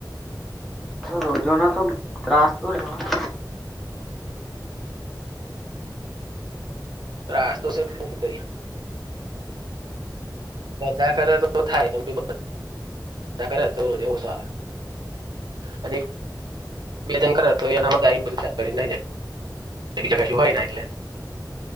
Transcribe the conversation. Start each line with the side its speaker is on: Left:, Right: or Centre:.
Centre: રોજોના તો ત્રાસ તો રહેવાનો
Right: ત્રાસ તો શે કરીયે <unintelligible> અને બેજન કરે તો એનામાં દા બધી સાફ કરી બીજા ક શું હોય ને એટલે